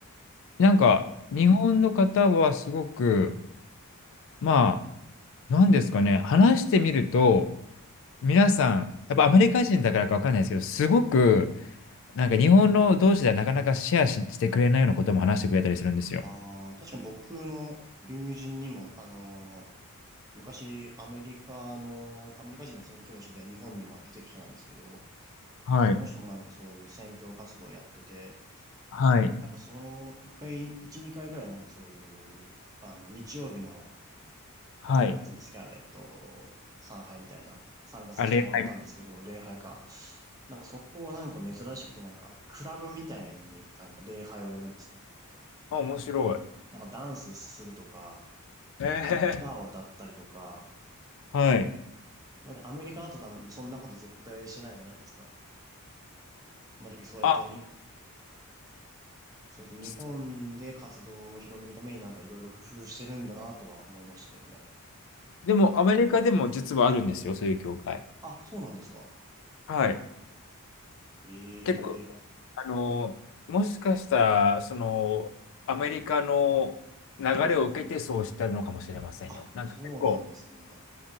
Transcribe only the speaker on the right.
ああ、確かに僕の友人にも、あのー昔アメリカの、アメリカ人の宣教師で日本にも来てる人なんですけど、
その人もなんかそういう宣教活動をやってて、
なんかそう、一回、一、二回ぐらいなんかそういう、あの、日曜日の、
なんていうんですか、あれ、えっと、参拝みたいな、参加させてもらったんですけど、
礼拝か。なんかそこはなんか珍しくて、なんか、クラブみたいになんか礼拝をやるんですね。
なんかダンスするとか、
歌を歌ったりとか、
まあ、アメリカだと多分そんなこと絶対しないじゃないですか。まあ、だけどそうやってに、
そうやって日本で活動を広げるためになんかいろいろ工夫してるんだなとは思いましたけどね。
あ、そうなんですか。
ええ
あ、
そうなんですね。